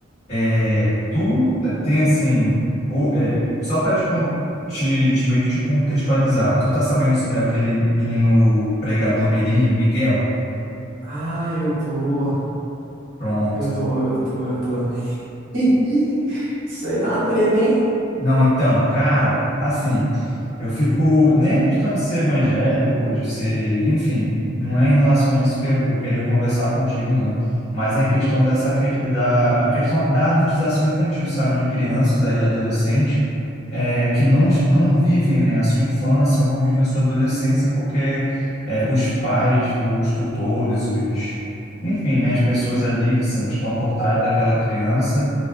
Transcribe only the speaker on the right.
Ah, eu tô.
Eu tô, eu tô, eu tô. <laughs> Isso aí dá uma treta, hein?